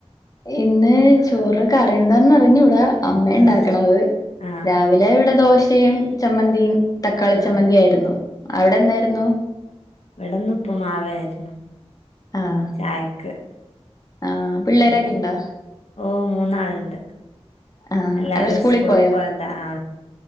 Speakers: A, on the left; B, on the left.
A: ഇന്ന് ചോറിന് കറി യെന്താന്നറിഞ്ഞൂട അമ്മേ ണ്ടാക്കണത്
B: ആഹ് ആഹ്
A: രാവിലെവടെ ദോശയും ചമ്മന്തിയും തക്കാളി
B: ആഹ്
A: ചമ്മന്തിയായിരുന്നു അവടെന്തായിരുന്നു
B: ഇവടെ ന്ന് ഉപ്പ്മാവാര്ന്നു
A: ആഹ്
B: ചായക്ക്
A: ആഹ് പിള്ളേരൊക്കെ
B: പിന്നെ
A: ഇണ്ടോ?
B: ഓ മൂന്നാള്ണ്ട്
A: ആഹ്
B: എല്ലാരും
A: അവര് സ്കൂളി
B: സ്കൂൾല്
A: പോയോ?
B: പോയ ത ആ